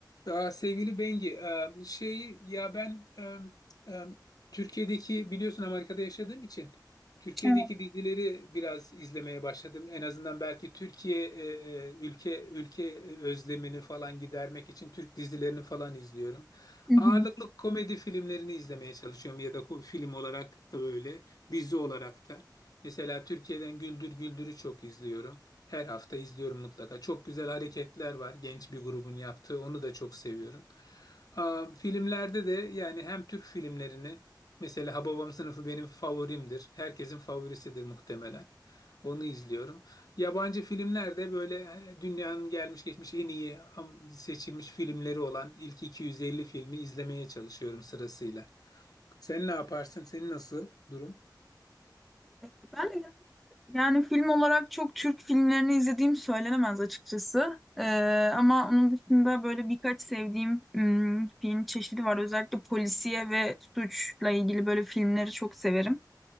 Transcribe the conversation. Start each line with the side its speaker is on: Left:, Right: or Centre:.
Left: Aa, sevgili Bengi, e, şey ya ben e, e, Türkiye'deki biliyorsun Amerika'da yaşadığım için Türkiye'deki
Centre: Evet.
Left: dizileri biraz izlemeye başladım. En azından belki Türkiye e, e, ülke ülke özlemini falan gidermek için Türk dizilerini falan izliyorum.
Centre: Hı hı.
Left: Ağırlıklı komedi filmlerini izlemeye çalışıyorum ya da ko- film olarak da öyle, dizi olarak da. Mesela Türkiye'den Güldür Güldür'ü çok izliyorum. Her hafta izliyorum mutlaka. Çok güzel hareketler var genç bir grubun yaptığı. Onu da çok seviyorum. Aa, filmlerde de yani hem Türk filmlerini mesela Hababam Sınıfı benim favorimdir. Herkesin favorisidir muhtemelen. Onu izliyorum. Yabancı filmlerde böyle e, dünyanın gelmiş geçmiş en iyi am- seçilmiş filmleri olan ilk 250 filmi izlemeye çalışıyorum sırasıyla. Sen ne yaparsın? Senin nasıl durum?
Centre: Ee, Ben de yani yani film olarak çok Türk filmlerini izlediğim söylenemez açıkçası. Ee, ama onun dışında böyle birkaç sevdiğim ım, film çeşidi var. Özellikle polisiye ve suçla ilgili böyle filmleri çok severim.